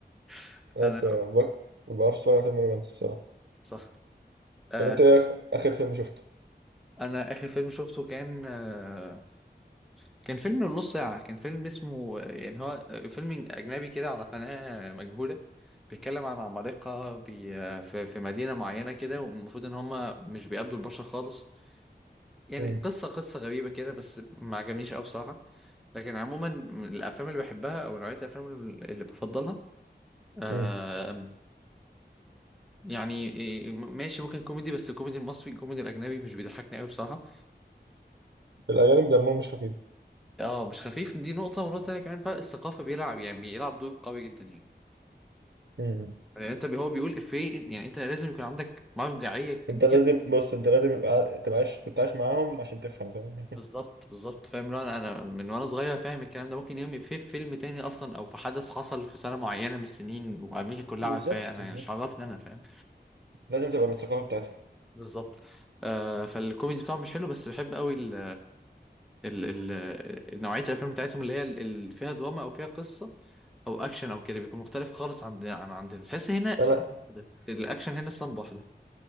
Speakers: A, on the right; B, in the centre.
A: <laughs>
B: <laughs>
A: بس
B: انا
A: آه، بق- ما بعرفش اتفرج على فيلم رومانسي بصراحه
B: صح آه،
A: طب انت ايه اخر فيلم شفته
B: انا اخر فيلم شفته كان آه، كان فيلم من نص ساعه كان فيلم اسمه يعني هو فيلم اجنبي كده على قناه مجهوله بيتكلم عن عمالقه بي... آه، في... في مدينه معينه كده والمفروض ان هم مش بيقابلوا البشر خالص يعني
A: امم
B: قصة قصة غريبة كده بس ما عجبنيش أوي بصراحة لكن عموما الأفلام اللي بحبها أو نوعية الأفلام اللي بفضلها آه
A: امم
B: يعني إيه، ماشي ممكن كوميدي بس الكوميدي المصري الكوميدي الأجنبي مش بيضحكني أوي بصراحة
A: الاجانب دمهم مش
B: اه مش خفيف دي نقطة ونقطة تانية كمان فرق الثقافة بيلعب يعني بيلعب دور قوي جدا يعني
A: خفيف
B: يعني أنت بي- هو بيقول إفيه يعني أنت لازم يكون عندك مرجعية كبيرة
A: انت لازم بص انت لازم يبقى تبقى عايش كنت عايش معاهم عشان تفهم فاهم
B: بالظبط
A: <laughs>
B: بالظبط فاهم لو انا أنا من وانا صغير فاهم الكلام ده ممكن يوم في فيلم تاني اصلا او في حدث حصل في سنه معينه من السنين وامريكا كلها
A: بالظبط
B: عارفاه انا
A: بالظبط
B: يعني مش عرفني انا فاهم
A: لازم تبقى من الثقافه بتاعتهم
B: بالظبط آه فالكوميدي بتاعهم مش حلو بس بحب قوي ال ال ال نوعيه الافلام بتاعتهم اللي هي اللي فيها دراما او فيها قصه او اكشن او كده بيكون مختلف خالص عن عن عندنا تحس هنا
A: انا
B: اسطمبة واحده الاكشن هنا اسطمبة واحده